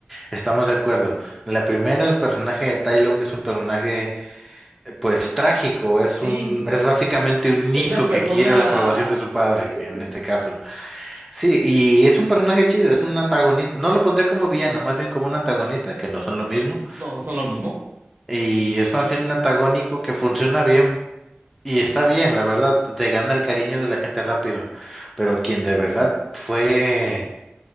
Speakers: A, in the centre; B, on the right.
A: estamos de acuerdo. La primera, el personaje de Tai Lung es un personaje, eh, pues, trágico, es
B: Sí,
A: un, es básicamente un
B: es
A: hijo
B: una persona...
A: que quiere la aprobación de su padre,
B: Sí,
A: en este caso. Sí, y es un personaje chido, es un antagonista, no lo pondría como villano, más bien como un antagonista, que no son lo mismo,
B: no, no son lo mismo.
A: y es más bien un antagónico que funciona bien. Y está bien, la verdad, te gana el cariño de la gente rápido, pero quien de verdad fue